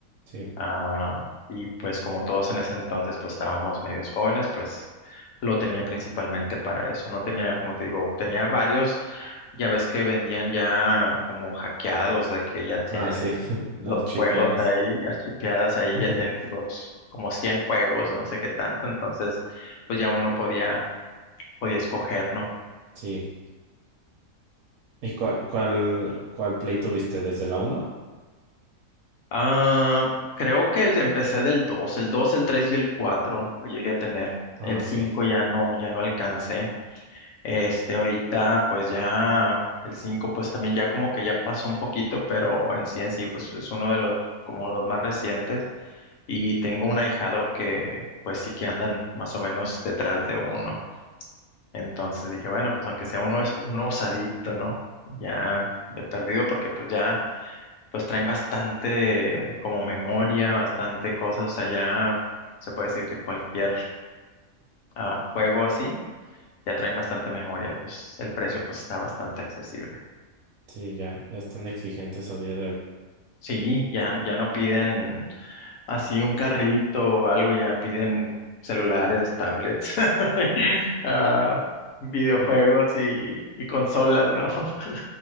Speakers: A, on the right; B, on the left.
A: Sí.
B: Ah, y pues como todos en ese entonces pues estábamos medios jóvenes, pues lo tenía principalmente para eso. No tenía, como te digo, tenía varios, ya ves que vendían ya como hackeados, de que ya tienen
A: Ah, sí, <laughs> las
B: los
A: chipeadas.
B: juegos ahí, archipeadas ahí,
A: <laughs>
B: ya tienen los como 100 juegos, no sé qué tanto, entonces pues ya uno podía, podía escoger, ¿no?
A: Sí. ¿Y cuál, cuál, cuál play tuviste? ¿Desde la uno
B: Ah, creo que el- empecé del dos el dos el 3 y el 4 lo llegué a tener.
A: Ah,
B: El
A: ok.
B: 5 ya no, ya no alcancé. Este, ahorita, pues ya el 5 pues también ya como que ya pasó un poquito, pero en sí en sí, pues es uno de los, como los más recientes. Y tengo un ahijado que, pues sí que andan más o menos detrás de uno. Entonces dije, bueno, pues aunque sea uno, es uno usadito, ¿no? Ya de perdido, porque pues ya, pues traen bastante como memoria, bastante cosas, o sea, ya se puede decir que cualquier ah, juego así ya traen bastante memoria y pues el precio pues está bastante accesible.
A: Sí, ya, ya están exigentes a día de hoy.
B: Sí, ya, ya no piden así un carrito o algo, ya piden celulares, tablets, <laughs> ah, videojuegos
A: Mm,
B: y, y consolas, ¿no? <laughs>